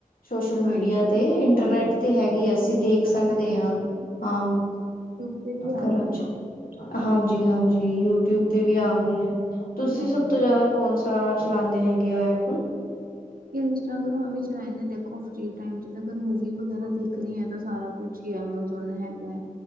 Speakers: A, on the left; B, on the right.
A: ਸੋਸ਼ਲ ਮੀਡੀਆ
B: ਹਾਂਜੀ
A: ਤੇ, ਇੰਟਰਨੈਟ
B: ਹਮ,
A: ਤੇ ਹੈਗੀ ਆ ਅਸੀਂ ਦੇਖ ਸਕਦੇ ਹਾਂ। ਆਮ
B: ਯੂਟੀਊਬ ਤੇ ਵੀ ਆ
A: ਘਰਾਂ
B: ਗਈ
A: ਚ
B: ਹੈ। ਹਾਂ,
A: ਹਾਂਜੀ-ਹਾਂਜੀ ਯੂਟਿਊਬ ਤੇ ਵੀ ਆ ਗਈ ਹੈ। ਤੁਸੀਂ
B: ਹਾਂਜੀ
A: ਸਭ ਤੋਂ ਜ਼ਿਆਦਾ ਕੌਣ ਸਾ ਚਲਾਉਂਦੇ ਹੈਗੇ ਹੋ ਐਪ।
B: ਇੰਸਟਾਗ੍ਰਾਮ ਵਿੱਚ ਆਏ ਨੇ ਦੇਖੋ ਫਰੀ ਟਮ 'ਚ ਮੂਵੀ ਵਗੈਰਾ ਦੇਖਣੀ ਹੈ ਤਾਂ ਸਾਰਾ ਕੁਛ ਐਮਾਜ਼ੋਨ ਹੈਗਾ,